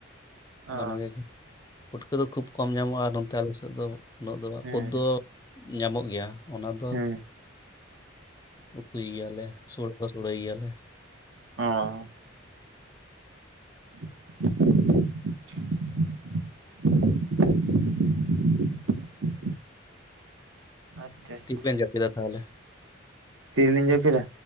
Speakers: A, on the right; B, on the left.
A: ᱚ
B: ᱵᱟᱱᱟᱨ ᱜᱮ ᱯᱟᱹᱴᱩᱠᱟᱹ ᱫᱚ ᱠᱷᱩᱵ ᱠᱚᱢ ᱧᱟᱢᱚᱜᱼᱟ᱾ ᱱᱚᱛᱮ ᱟᱞᱮ ᱥᱮᱫ ᱫᱚ ᱩᱱᱟᱹᱜ ᱫᱚ
A: ᱦᱮᱸ
B: ᱩᱫᱽ ᱫᱚ ᱧᱟᱢᱚᱜ ᱜᱮᱭᱟ ᱚᱱᱟ ᱫᱚ
A: ᱦᱮᱸ
B: ᱩᱛᱩᱭ ᱜᱮᱭᱟᱹᱞᱮ ᱥᱩᱲᱟ ᱠᱚ ᱥᱩᱲᱟ ᱜᱮᱭᱟ ᱞᱮ᱾
A: ᱚ <inaudible> <inaudible> ᱟᱪᱪᱷᱟ ᱟᱪᱪᱷᱟ᱾
B: ᱛᱤ ᱵᱮᱱ ᱡᱟᱹᱯᱤᱫᱟ ᱛᱟᱦᱚᱞᱮ
A: ᱛᱤᱞᱤᱧ ᱡᱟᱹᱯᱤᱫᱟ